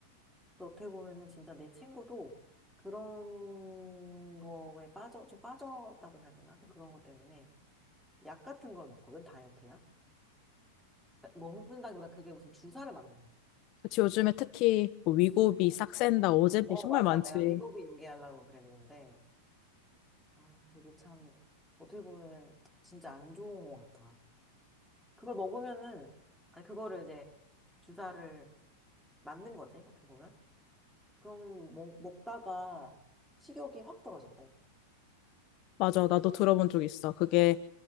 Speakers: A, in the centre; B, on the left (about 45°).
A: 근데 어떻게 보면은 진짜 내 친구도 그런 거에 빠져, 좀 빠졌다고 해야 되나? 하여튼 그런 것 때문에 약 같은 걸 먹거든, 다이어트야. 그러니까 먹는다기보다 그게 무슨 주사를 맞는 거야.
B: 그치, 요즘에 특히 뭐 위고비,
A: 어,
B: 싹센다, 오젬필
A: 어,
B: 정말
A: 맞아.
B: 많지.
A: 내가 미국이 얘기하려고 그랬는데. 아, 그게 참, 어떻게 보면은 진짜 안 좋은 것 같아. 그걸 먹으면은, 아니, 그거를 이제 주사를 맞는 거지, 어떻게 보면. 그러면 먹, 먹다가 식욕이 확 떨어진대.
B: 맞아, 나도 들어본 적 있어. 그게